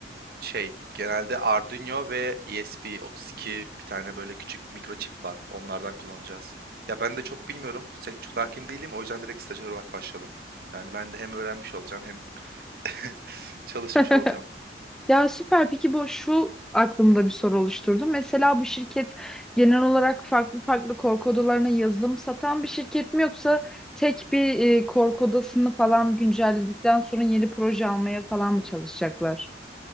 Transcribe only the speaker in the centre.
<laughs>
Ya süper. Peki bu şu aklımda bir soru oluşturdu. Mesela bu şirket genel olarak farklı farklı korku odalarına yazılım satan bir şirket mi yoksa tek bir e, korku odasını falan güncelledikten sonra yeni proje almaya falan mı çalışacaklar?